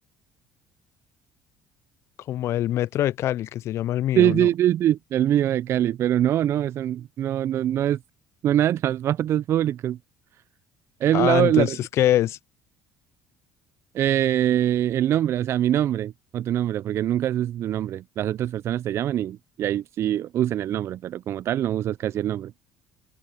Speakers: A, on the left (about 55°); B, on the right (about 55°).
A: como el metro de Cali, que se llama el mío,
B: Sí,
A: ¿no?
B: sí, sí, sí, el mío de Cali, pero no, no, eso no, no, no es, no es nada de transportes públicos. Es
A: Ah,
B: la,
A: entonces,
B: la-
A: ¿qué es?
B: eh, el nombre, o sea, mi nombre o tu nombre, porque nunca usas tu nombre. Las otras personas te llaman y, y ahí sí usan el nombre, pero como tal no usas casi el nombre.